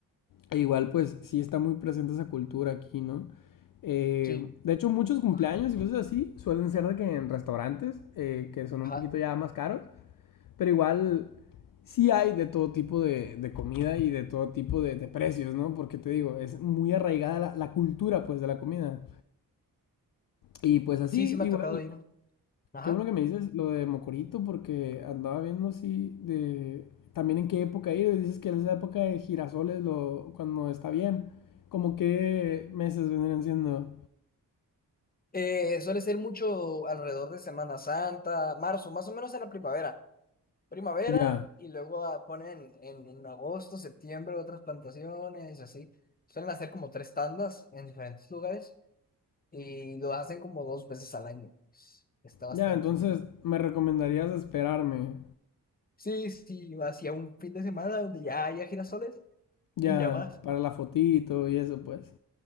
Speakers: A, on the left (about 55°); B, on the left (about 20°).
A: E igual, pues sí está muy presente esa cultura aquí, ¿no? Eh,
B: Sí,
A: de hecho, muchos cumpleaños
B: ajá,
A: y cosas así suelen ser de que en restaurantes, eh, que son
B: ajá.
A: un poquito ya más caros, pero igual sí hay de todo tipo de, de comida y de todo tipo de, de precios, ¿no? Porque te digo, es muy arraigada la, la cultura, pues, de la comida. Y pues así,
B: Sí, sí me
A: igual,
B: ha tocado ir. Ajá.
A: Qué bueno que me dices lo de Mocorito, porque andaba viendo así de también en qué época ir. y Dices que es la época de girasoles lo, cuando está bien. Como qué meses vendrían siendo.
B: Eh, suele ser mucho alrededor de Semana Santa, marzo, más o menos en la primavera. Primavera
A: Ya,
B: y luego ah, ponen en, en agosto, septiembre otras plantaciones, así. Suelen hacer como tres tandas en diferentes lugares. Y lo hacen como dos veces al año. pues, Está bastante
A: ya, entonces
B: bien.
A: me recomendarías esperarme.
B: Sí, sí, hacia un fin de semana donde ya haya girasoles
A: Ya,
B: y ya vas.
A: para la fotito y eso, pues.